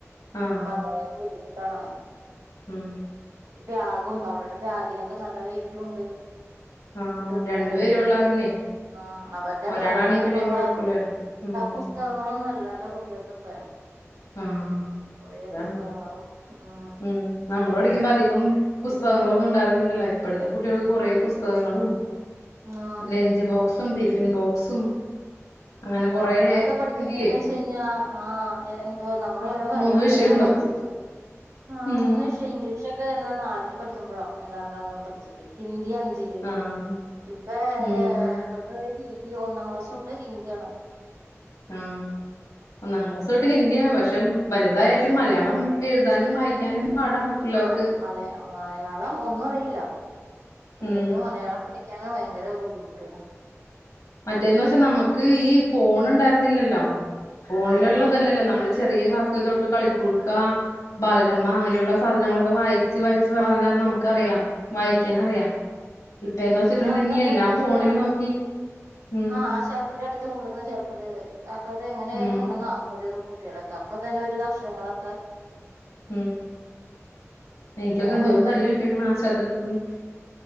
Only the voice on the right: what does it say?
അപ്പൊ അതായാലും ബുദ്ധിമുട്ടാണോ ഉം
ബാഗും അവരുടെ ബാഗിനൊക്കെ നല്ല വെയിറ്റും ഉണ്ടും
കുട്ടികളുടെ
ആ അവരുടെ
പ്രായത്തിനൊക്കെ
ഉള്ള
പുസ്തകങ്ങളൊന്നും അല്ലല്ലോ എല്ലാ കുട്ടികൾക്ക് ഇപ്പ
കുറെ
പുസ്തകങ്ങളും ആ
ആ
നമ്മളൊക്കെ പഠിക്കുമ്പന്ന്
വച്ച് കഴിഞ്ഞാ ആ എന്ത നമ്മള്
ഓരോ കാര്യങ്ങളൊക്കെ
എന്നാ പഠിച്ചത് ആ
മൂന്നു വിഷയം ഇംഗ്ലീഷ് എനിക്ക് തോന്നുന്നത് നാലില് പഠിക്കുമ്പോഴോ എന്താണ്ടാന്നാണ് പഠിച്ചത് ഹിന്ദി ഇ അഞ്ചില്
ഇപ്പോ
ഏ ഇവർക്ക് ഹി ഈ ഒന്നാം ക്ലാസ് തൊട്ട് ഹിന്തിയാണ്
ആ മലയാ മലയാളം ഒന്നും അറിയില്ല പിള്ളേർക്ക്
മലയാളം പഠി ക്കാനും ഭയങ്കര ബുദ്ധിമുട്ടുവാ
ആ ആ
വായിക്കും
പിന്നെ അന്നൊക്കെന്ന്
വെച്ച്
കഴിഞ്ഞാൽ
ആ ആശാത്തീ ഇ അടുത്ത് കൊണ്ട് വന്ന് ചേർക്കല് ഒക്കെ അത് എങ്ങനെ ആയാലും
കൊണ്ടൊനാ <unintelligible> കുട്ടികളൊക്കെ അപ്പൊ തന്നെ ഒരു ഭക്ഷണങ്ങളൊക്കെ
ഇപ്പ
വേഗം
ആ